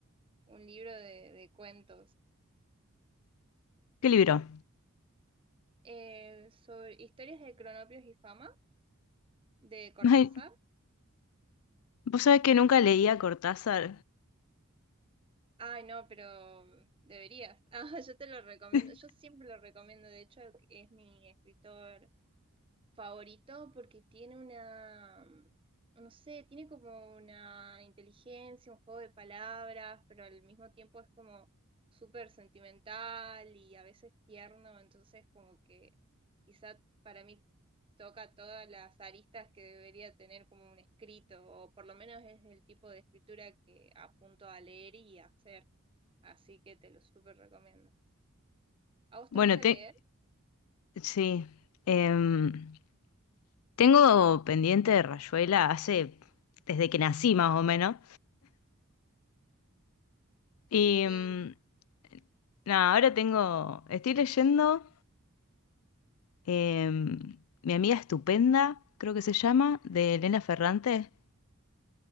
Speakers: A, on the right (about 25°); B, on the left (about 75°).
A: un libro de, de cuentos
B: ¿Qué libro?
A: eh, sobre historias de Cronopios y Fama de Cortázar.
B: Ay, vos sabés que nunca leía Cortázar.
A: Ay, no, pero deberías. <laughs> Ah, yo te lo recomiendo.
B: <laughs>
A: Yo siempre lo recomiendo. De hecho, es mi escritor favorito porque tiene una, no sé, tiene como una inteligencia, un juego de palabras, pero al mismo tiempo es como súper sentimental y a veces tierno, entonces como que quizá para mí toca todas las aristas que debería tener como un escrito, o por lo menos es el tipo de escritura que apunto a leer y a hacer, así que te lo súper recomiendo. ¿A vos
B: Bueno,
A: te gusta
B: te...
A: leer?
B: sí. em, tengo pendiente de Rayuela hace... desde que nací más o menos. Y
A: Sí.
B: em, nada, ahora tengo... Estoy leyendo em, Mi amiga estupenda, creo que se llama, de Elena Ferrante.